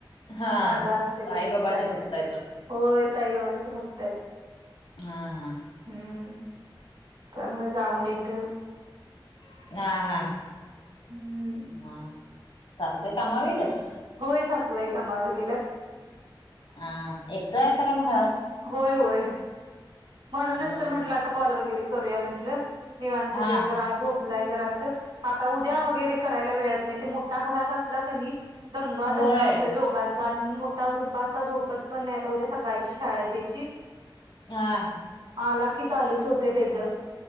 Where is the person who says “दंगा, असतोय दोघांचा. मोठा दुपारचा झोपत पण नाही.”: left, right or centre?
Right